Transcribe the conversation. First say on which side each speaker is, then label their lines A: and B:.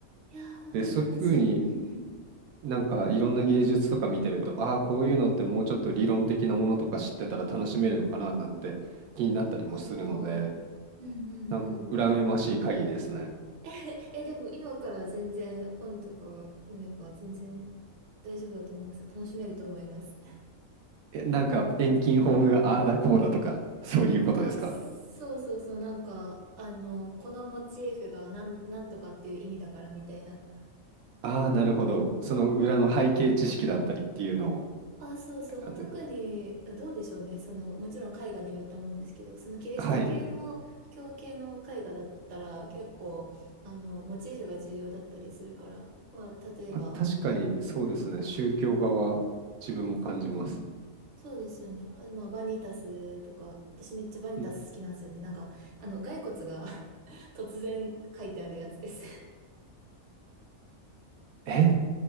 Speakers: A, on the right; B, on the right.
A: やー、本当羨ましい。
B: で、そういうふうに
A: うんうん。
B: なんかいろんな芸術とか見てると、ああ、こういうのってもうちょっと理論的なものとか知ってたら楽しめるのかななんて気になったりもするので、
A: ああ、うんうんうん。
B: なんか羨ましい限りですね。
A: <laughs> え、でも今から全然本とか読めば全然大丈夫だと思います。楽しめると思います。
B: え、なんか遠近法がああだこうだとか、そういうことですか
A: あ、そうそうそう、なんか、あの、このモチーフがなん、なんとかっていう意味だからみたいな。
B: ああ、なるほど。その裏の背景知識だったりっていうのを
A: あ、そうそう。
B: って感じです。
A: まあ、特に、どうでしょうね。その、もちろん絵画によると思うんですけど、そのキリスト系の、
B: はい。
A: 教系の絵画だったら、結構、あの、モチーフが重要だったりするから、まあ、例えば、
B: まあ、確かにそうですね。
A: あ、
B: 宗教側は自分も感じます。
A: うんうん、そうですよね。あ、まあ、バニタスとか、私めっちゃバニタス好きなんですよね。
B: ん
A: なんか、あの、骸骨が <laughs> 突然書いてあるやつです
B: え、